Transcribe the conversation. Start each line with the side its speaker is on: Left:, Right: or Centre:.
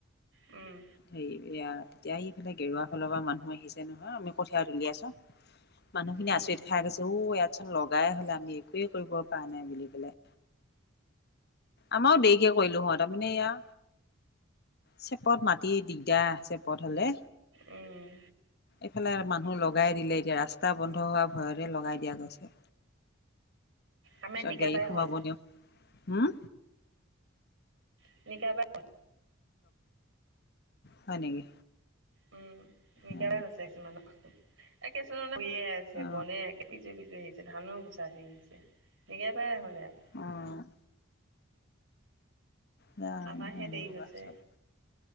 Right: উম।
Left: হেৰি এয়া তেতিয়া ইফালে গেৰুৱা ফালৰ পৰা মানুহ আহিছে নহয় আমি কঠীয়া তুলি আছো। মানুহখিনি
Right: উম
Left: আচৰিত খাই গৈছে অওঁ ইয়াত চোন লগাই হ'লে আমি একোৱেই কৰিব পৰা নাই বুলি পেলে। আমাৰও দেৰিকে কৰিলো হয়, তাৰমানে এয়া চেপত মাটি দিগদাৰ চেপত হ'লে।
Right: উম
Left: এফালে মানুহ লগ লগাই দিলে এতিয়া ৰাস্ত তা বন্ধ হোৱা ভয়তে লগাই দিয়া গৈছে
Right: আমাৰ
Left: পিছত
Right: নিকাবাই
Left: গাড়ী সোমাব
Right: হ'ল
Left: দিওঁ। হম?
Right: <inaudible>
Left: হয়, নেকি?
Right: উম, <unintelligible>
Left: অ
Right: একে <unintelligible> আছে
Left: অ
Right: বনে একে <unintelligible> ধানো গুচা উঠি আাহিছে <unintelligible> হ'লে আৰু।
Left: অ'। জানো
Right: আমাৰহে
Left: মানুহ
Right: দেৰি
Left: খোপা
Right: হৈছে
Left: চব